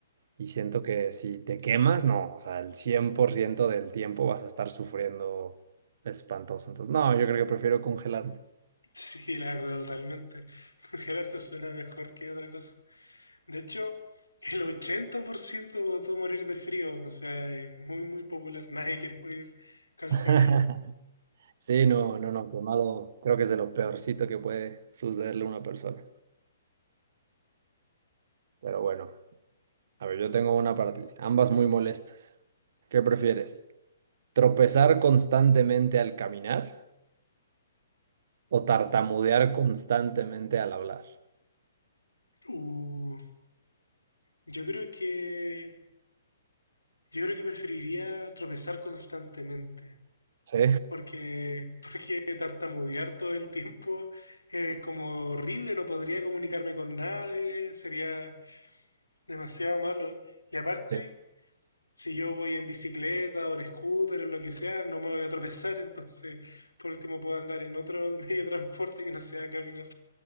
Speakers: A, on the right; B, on the left.
A: Y siento que si te quemas, no, o sea, el 100% del tiempo vas a estar sufriendo espantoso. Entonces, no, yo creo que prefiero congelarme.
B: Sí, la verdad, totalmente. <laughs> Congelarse suena mejor que otra cosa. De hecho, el 80% votó morir de frío, o sea, es muy, muy popular. Nadie quiere morir calcinado.
A: <laughs> Sí, no, no, no, quemado creo que es de lo peorcito que puede sucederle a una persona. Pero bueno, a ver, yo tengo una para ti, ambas muy molestas. ¿Qué prefieres? ¿Tropezar constantemente al caminar o tartamudear constantemente al hablar?
B: Uh, yo creo que. Yo creo que preferiría tropezar constantemente.
A: Sí,
B: Porque, porque tartamudear todo el tiempo es como horrible, no podría comunicarme con nadie, sería demasiado malo. Y aparte,
A: <laughs> sí.
B: si yo voy en bicicleta o en scooter o lo que sea, no me voy a tropezar, entonces por último puedo andar en otro <laughs> medio de transporte que no sea caminar.